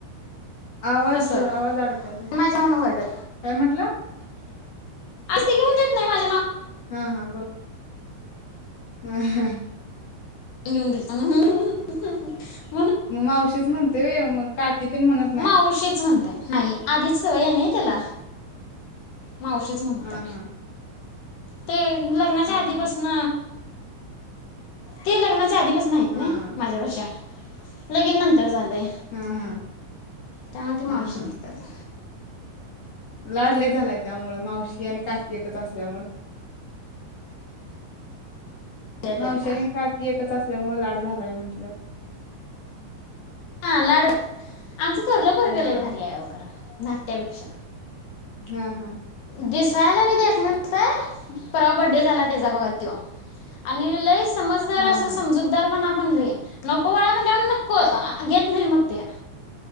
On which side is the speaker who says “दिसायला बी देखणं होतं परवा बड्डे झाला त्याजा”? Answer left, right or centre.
Left